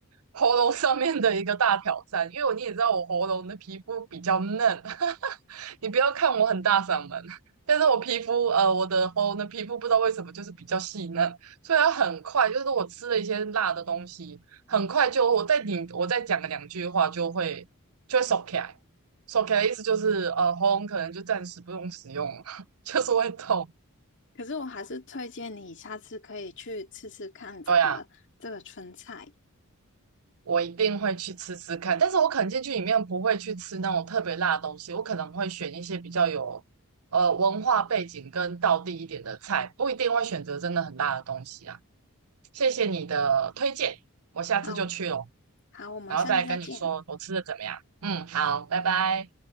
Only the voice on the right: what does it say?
喉咙上面的一个大挑战。因为你也知道我喉咙的皮肤比较嫩，<laughs> 你不要看我很大嗓门，但是我皮肤呃我的喉咙的皮肤不知道为什么就是比较细嫩，所以它很快就是我吃了一些辣的东西，很快就我再顶我再讲个两句话就会就会收起来。手 k 的意思就是，呃，喉咙可能就暂时不用使用，了。就是会痛。
对呀，我一定会去吃吃看，但是我可能进去里面不会去吃那种特别辣的东西，我可能会选一些比较有呃文化背景跟道地一点的菜，不一定会选择真的很辣的东西啊。谢谢你的推荐，我下次就去哦，
然后再跟你说我吃的怎么样。嗯，好，拜拜。